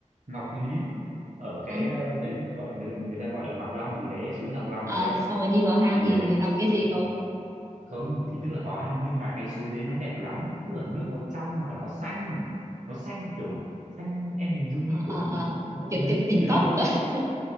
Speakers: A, on the right; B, on the right.
A: Ngọc Lín ở cái
B: hang
A: ờ, đấy gọi người người ta gọi là Ngọc Long gì đấy suối Ngọc Long
B: à,
A: gì đấy
B: xong rồi đi vào hang
A: thì
B: thì
A: ờ,
B: gặp cái gì
A: ừ,
B: không
A: không thì tức là vào hang nhưng mà cái suối đấy nó đẹp lắm tức là nước nó trong và nó xanh nó xanh kiểu xanh em hình dung
B: ờ
A: như
B: ờ
A: kiểu
B: ờ
A: nó gần
B: kiểu,
A: như
B: kiểu
A: nước
B: tỉnh
A: biển
B: cốc
A: luôn
B: <laughs>
A: đấy